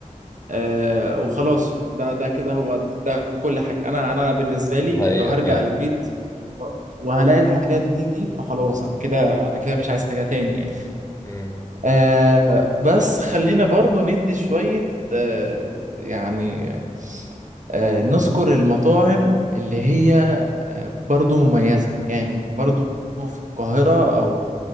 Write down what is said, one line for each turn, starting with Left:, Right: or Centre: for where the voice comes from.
Right: آه وخلاص ده ده كده هو ده كل حاجه انا انا بالنسبه لي
Left: حقيقة
Right: لو هرجع
Left: فعلا
Right: البيت وهلاقي الحاجات دي فخلاص انا كده انا كده مش عايز حاجه تاني يعني.
Left: مم.
Right: آه بس خلينا برضو ندي شوية آه يعني آه نذكر المطاعم اللي هي آه برضو مميزة يعني برضو في القاهرة أو